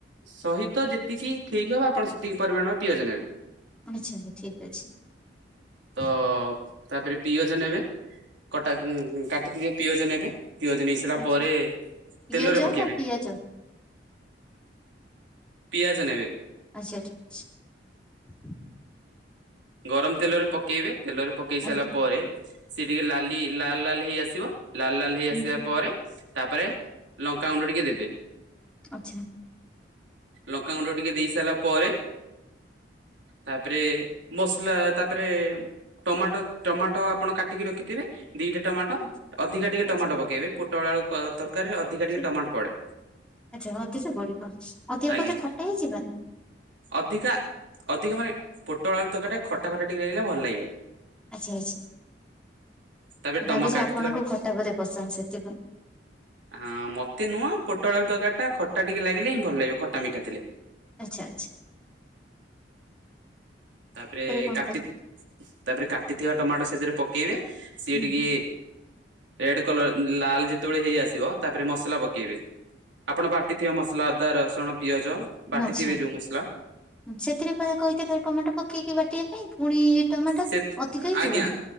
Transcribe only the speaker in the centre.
ଆଛା ଆ ଠିକ ଅଛି।
ଆଚ୍ଛା
ପିଓଜ
ନା ପିଆଜ
ଆଚ୍ଛା ଠିକ୍ ଅଛି।
ଆଜ୍ଞା
ହୁଁ
ଆଚ୍ଛା।
ଆଚ୍ଛା
ଆଚ୍ଛା
ଠିକ
ଆଚ୍ଛା ଅଧିକା ବଢିବ ଅଧିକା
କଦେ ଖଟା ହେଇଯିବାନି।
ଆଚ୍ଛା ଆଚ୍ଛା।
ଭାବୁଛି
ଆପଣଙ୍କୁ ଖଟା ବୋଧେ ପସନ୍ଦ ସେଥିପାଇଁ।
ଆଚ୍ଛା ଆଚ୍ଛା।
କଣ
କରିବି?
ହୁଁ
ଆଚ୍ଛା
ହୁଁ, ସେଥିରେ ପରା କହିଥିଲେ ଟମାଟୋ ପକେଇକି ବାଟିବା ପାଇଁ ପୁଣି ଟମାଟୋ
ଅଧିକ ହେଇଯିବନି